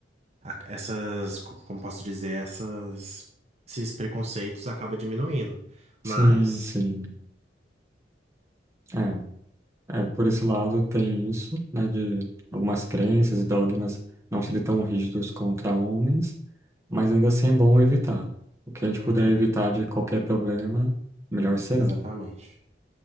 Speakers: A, on the right; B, on the right.
A: a- essas, co- como posso dizer, essas, esses preconceitos acaba diminuindo. Mas,
B: Sim, sim. É, é, por esse lado tem isso, né, de algumas crenças e dogmas não serem tão rígidos contra homens, mas ainda assim é bom evitar. O que a gente
A: uhum,
B: puder evitar de qualquer problema, melhor será.
A: exatamente.